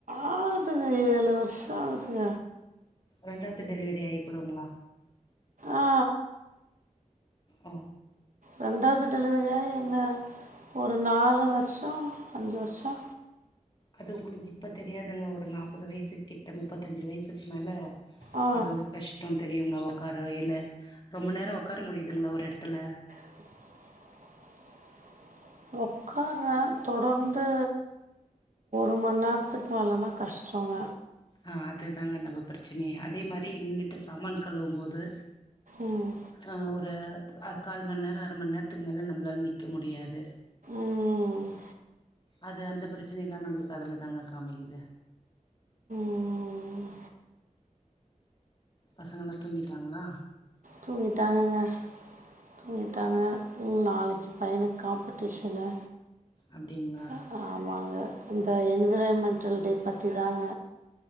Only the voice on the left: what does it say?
ரெண்டாவது டெலிவரி ஆக குடுங்களா
ஒ
அது உங்களுக்கு இப்ப தெரியாதுங்க ஒரு நாற்பது வயசு கிட்ட முப்பத்தஞ்சு வயசுக்கு மேல
அது ஒரு கஷ்டம் தெரியுங்க உ்கார இல ரொம்ப நேரம் உட்கார முடியுதுங்களா ஒரு இடத்துல
ஆ அதுதாங்க நம்ம பிரச்சினைய அதே மாதிரி நின்னுட்டு சாமான் கழுவ போது
ஆஹ் ஒரு கால் மணி நேரம் அரை மணி நேரத்துக்கு மேல நம்மளால நிந்க முடியாது
அது அந்த பிரச்சனை எல்லாம் நம்மளுக்கு அதுல தாங்க காமக்குது
பசங்கள்லா தூங்கிட்டாங்களா
அப்டிங்களா